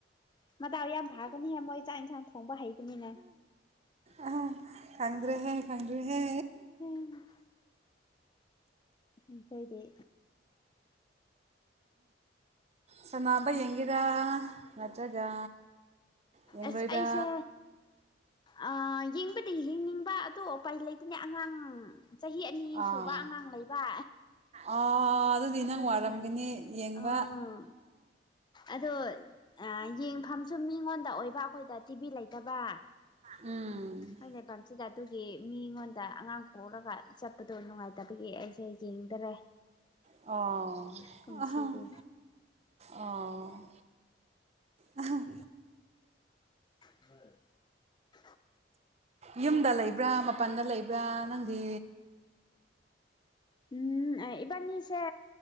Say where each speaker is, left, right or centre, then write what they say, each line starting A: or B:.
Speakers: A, on the left; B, on the right.
A: ꯃꯇꯥꯎ ꯌꯥꯝ ꯐꯥꯒꯅꯤꯍꯦ ꯃꯣꯏ ꯆꯥꯛ ꯌꯦꯟꯁꯥꯡ ꯊꯣꯡꯕ ꯍꯩꯕꯅꯤꯅꯦ
B: ꯑꯥ ꯈꯪꯗ꯭ꯔꯦꯍꯦ ꯈꯪꯗ꯭ꯔꯦꯍꯦ
A: ꯎꯝ ꯑꯩ ꯀꯩꯗꯤ
B: ꯁꯅꯥꯕ ꯌꯦꯡꯒꯦꯔꯥ ꯅꯠꯇ꯭ꯔꯒ ꯌꯦꯡꯂꯣꯏꯗꯥ
A: ꯑꯁ ꯑꯩꯁꯦ ꯑꯥ ꯌꯦꯡꯕꯗꯤ ꯌꯦꯡꯅꯤꯡꯕ ꯑꯗꯣ ꯎꯄꯥꯏ ꯂꯩꯇꯅꯦ ꯑꯉꯥꯡ ꯆꯍꯤ ꯑꯅꯤ
B: ꯑꯥ
A: ꯁꯨꯕ ꯑꯉꯥꯡ ꯂꯩꯕ
B: ꯑꯥ ꯑꯗꯨꯗꯤ
A: ꯑꯗꯨ
B: ꯅꯪ ꯋꯥꯔꯝꯒꯅꯤ
A: ꯗꯨꯅꯦ
B: ꯌꯦꯡꯕ
A: ꯑꯥ ꯑꯗꯣ ꯌꯦꯡꯐꯝꯁꯨ ꯃꯤꯉꯣꯟꯗ ꯑꯣꯏꯕ ꯑꯩꯈꯣꯏꯗ ꯇꯤꯚꯤ ꯂꯩꯇꯕ
B: ꯎꯝ
A: ꯑꯩꯈꯣꯏ ꯂꯩꯐꯝꯁꯤꯗ ꯑꯗꯨꯒꯤ ꯃꯤꯉꯣꯟꯗ ꯑꯉꯥꯡ ꯄꯣꯛꯂꯒ ꯆꯠꯄꯗꯣ ꯅꯨꯡꯉꯥꯏꯇꯕꯒꯤ ꯑꯩꯁꯦ ꯌꯦꯡꯗꯔꯦ
B: ꯑꯣ
A: ꯀꯨꯝꯁꯤꯗꯤ
B: ꯑꯍꯝ ꯑꯣ ꯑꯍꯝ
A: ꯍꯝ
B: ꯌꯨꯝꯗ ꯂꯩꯕ꯭ꯔꯥ ꯃꯄꯜꯗ ꯂꯩꯕ꯭ꯔꯥ ꯅꯪꯗꯤ
A: ꯎꯝ ꯏꯕꯥꯅꯤꯁꯦ